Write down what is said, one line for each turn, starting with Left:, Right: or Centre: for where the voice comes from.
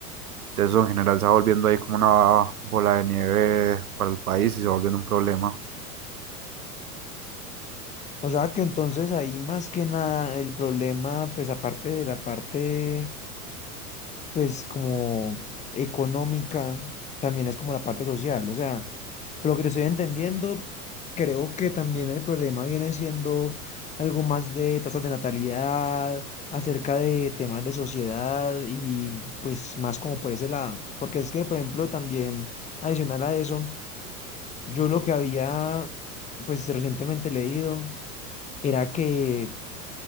Right: Entonces, eso en general se va volviendo ahí como una bola de nieve para el país y se va volviendo un problema.
Left: O sea que entonces ahí más que nada el problema, pues aparte de la parte pues como económica, también es como la parte social. O sea, por lo que te estoy entendiendo, creo que también el problema viene siendo algo más de tasas de natalidad, acerca de temas de sociedad y pues más como por ese lado. Porque es que, por ejemplo, también adicional a eso, yo lo que había pues recientemente leído era que